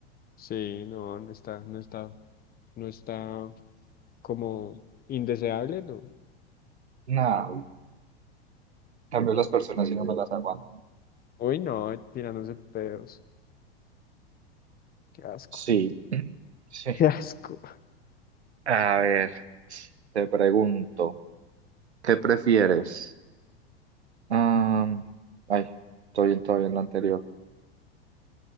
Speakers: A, on the left; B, on the right.
A: Sí, no, no está, no está, no está. como indeseable, no.
B: Nada. En Cambio las personas si no me las aguanto.
A: Uy, no, tirándose pedos. Qué asco.
B: Sí. <clears throat> Sí.
A: <laughs> Qué asco.
B: A ver, te pregunto, ¿qué prefieres? Am, ay, estoy todavía en la anterior.